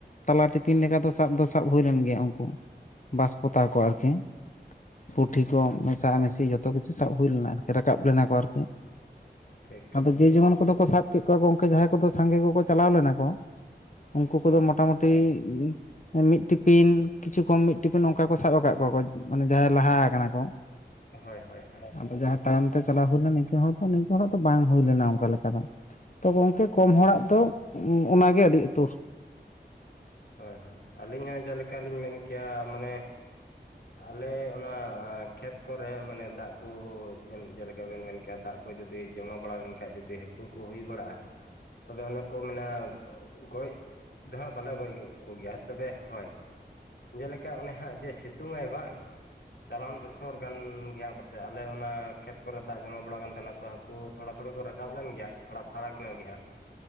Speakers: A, on the left; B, on the left.
A: ᱛᱟᱞᱟ ᱴᱤᱯᱤᱱ ᱞᱮᱠᱟ ᱫᱚ ᱥᱟᱵ ᱫᱚ ᱥᱟᱵ ᱦᱩᱭ ᱞᱮᱱ ᱜᱮᱭᱟ ᱩᱱᱠᱩ ᱵᱟᱥᱯᱚᱛᱟᱣ
B: ᱴᱷᱤᱠ
A: ᱠᱚ ᱟᱨᱠᱤ ᱯᱩᱴᱷᱤ ᱠᱚ
B: ᱦᱳᱭ
A: ᱢᱮᱥᱟ ᱢᱮᱤᱥᱤ ᱡᱚᱛᱚ ᱠᱤᱪᱷᱩ ᱥᱟᱵ ᱦᱩᱭ ᱞᱮᱱᱟ ᱟᱨᱠᱤ ᱨᱟᱠᱟᱵ ᱞᱮᱱᱟ ᱠᱚ ᱟᱨᱠᱤ
B: ᱴᱷᱤᱠ
A: ᱟᱫᱚ ᱡᱮ ᱡᱮᱢᱚᱱ ᱠᱚᱫᱚ ᱠᱚ ᱥᱟᱵ ᱠᱮᱫ ᱠᱚᱣᱟ ᱠᱚ ᱜᱚᱢᱠᱮ ᱡᱟᱦᱟᱸᱭ ᱠᱚᱫᱚ ᱥᱟᱸᱜᱮ ᱠᱚᱠᱚ ᱪᱟᱞᱟᱣ ᱞᱮᱱᱟ ᱠᱚ ᱩᱱᱠᱩ ᱠᱚᱫᱚ
B: ᱦᱳᱭ
A: ᱢᱚᱴᱟᱢᱩᱴᱤ ᱴᱤ ᱩᱸ ᱢᱤᱫ ᱴᱤᱯᱤᱱ ᱠᱤᱪᱷᱩ ᱠᱚᱢ ᱢᱤᱫ ᱴᱤᱯᱤᱱ ᱚᱱᱠᱟ ᱠᱚ ᱥᱟᱵ ᱟᱠᱟᱫ ᱠᱚᱣᱟ ᱠᱚ ᱢᱟᱱᱮ ᱡᱟᱦᱟᱸᱭ ᱞᱟᱦᱟ ᱠᱟᱱᱟ ᱠᱚ
B: ᱦᱳᱭ ᱦᱳᱭ ᱦᱳᱭ
A: ᱟᱫᱚ ᱡᱟᱦᱟᱸ ᱛᱟᱭᱚᱢ ᱛᱮ ᱪᱟᱞᱟᱣ ᱦᱩᱭ ᱞᱮᱱ ᱛᱮ ᱦᱚᱛᱚ ᱱᱤᱝᱠᱟᱹ ᱦᱚᱛᱚ ᱵᱟᱝ ᱦᱩᱭ ᱞᱮᱱᱟ ᱚᱱᱠᱟ ᱞᱮᱠᱟ ᱫᱚ ᱛᱚᱜᱚ ᱚᱱᱛᱮ ᱠᱚᱢ
B: ᱟᱪᱪᱷᱟ
A: ᱦᱚᱲᱟᱜ ᱫᱚ ᱚᱸ ᱚᱱᱟᱜᱮ ᱟᱹᱰᱤ ᱤᱛᱩᱹᱨ
B: ᱦᱳᱭ ᱦᱳᱭ ᱟᱹᱞᱤᱧ ᱦᱚᱸ ᱡᱮᱞᱮᱠᱟᱞᱤᱧ ᱢᱮᱱ ᱠᱮᱭᱟ ᱢᱟᱱᱮ ᱟᱞᱮ ᱚᱱᱟ ᱠᱷᱮᱛ ᱠᱚᱨᱮ ᱢᱟᱱᱮ ᱫᱟᱜ ᱠᱩ ᱡᱟᱹᱱ ᱡᱮᱞᱮᱠᱟ ᱵᱮᱱ ᱢᱮᱱ ᱠᱮᱭᱟ ᱫᱟᱜ ᱠᱚ ᱡᱩᱫᱤ ᱡᱚᱢᱟ ᱵᱟᱲᱟ ᱞᱮᱱᱠᱟᱱᱡ ᱡᱩᱫᱤ ᱠᱩ ᱠᱚ ᱦᱩᱭ ᱵᱟᱲᱟᱜ-ᱟ ᱛᱚᱵᱮ ᱚᱱᱮ ᱠᱚ ᱢᱮᱱᱟ ᱜᱚ ᱜᱚᱡ ᱫᱚ ᱦᱟᱸᱜ ᱵᱟᱞᱮ ᱜᱚᱡ ᱠᱚ ᱜᱮᱭᱟ ᱛᱚᱵᱮ ᱦᱚᱭ ᱡᱮᱞᱮᱠᱟ ᱚᱱᱮ ᱦᱟᱸᱜ ᱡᱮ ᱥᱤᱛᱩᱝᱟᱭ ᱵᱟᱝ ᱪᱟᱞᱟᱣᱮᱱ ᱵᱚᱪᱷᱚᱨ ᱜᱟᱱ ᱜᱮ ᱦᱟᱸᱜ ᱵᱟᱥᱮ ᱛᱮ ᱟᱞᱮ ᱚᱱᱟ ᱠᱷᱮᱛ ᱠᱚᱨᱮ ᱫᱟᱜ ᱡᱚᱢᱟ ᱵᱟᱲᱟᱣ ᱠᱟᱱ ᱛᱟᱦᱮᱱᱟ ᱛᱚ ᱦᱟᱹᱠᱩ ᱛᱷᱚᱲᱟ ᱛᱷᱚᱲᱤ ᱠᱚ ᱨᱟᱠᱟᱵ ᱞᱮᱱ ᱜᱮᱭᱟ᱾ ᱛᱷᱚᱲᱟ ᱯᱷᱟᱨᱟᱠ ᱧᱚᱜ ᱜᱮ ᱦᱟᱸᱜ